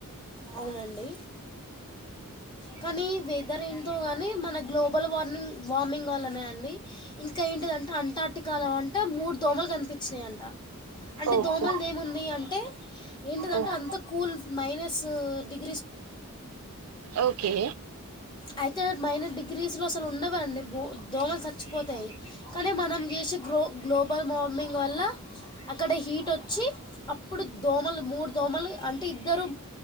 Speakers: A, on the left; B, on the right.
A: అవునండి కానీ వెదర్ ఏంటో గానీ మన గ్లోబల్ వార్మింగ్ వామింగ్ వల్లనే అండి ఇంకా ఏంటిదంటే అంటాటికాలో అంట మూడు దోమలు కనిపిచ్చినయంట అంటే
B: ఓకే
A: దోమల్దేముంది అంటే ఏంటిదంటే
B: ఉమ్.
A: అంత కూల్ మైనస్ డిగ్
B: ఓకే
A: అయితే మైనర్ డిగ్రీస్ లో అసలు ఉండవండి బూ దోమలు పోతాయి కానీ మనం చేసే గ్రో గ్లోబల్ వార్మింగ్ వల్ల అక్కడ హీటొచ్చి అప్పుడు దోమలు మూడు దోమలు అంటే ఇద్దరు